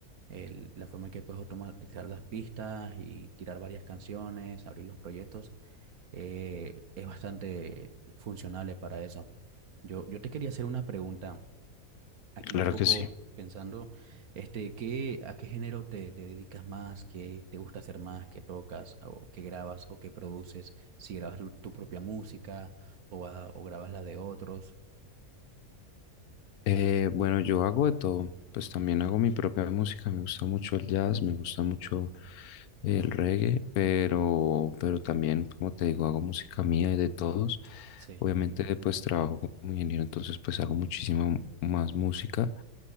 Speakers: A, on the right; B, on the left.
A: El- la forma en que puedes automatizar las pistas y tirar varias canciones, abrir los proyectos, eh, es bastante funcionable para eso. Yo, yo te quería hacer una pregunta aquí
B: claro
A: un poco
B: que sí.
A: pensando, este, ¿qué, a qué género te, te dedicas más? ¿Qué te gusta hacer más? ¿Qué tocas? ¿O qué grabas? ¿O qué produces? Si grabas tu, tu propia música o, a- o grabas la de otros.
B: Eh, bueno, yo hago de todo, pues también hago mi propia música, me gusta mucho el jazz, me gusta mucho el reggae, pero, pero también, como te digo, hago música mía y de todos.
A: Sí.
B: Obviamente, pues trabajo como ingeniero, entonces pues hago muchísima m- más música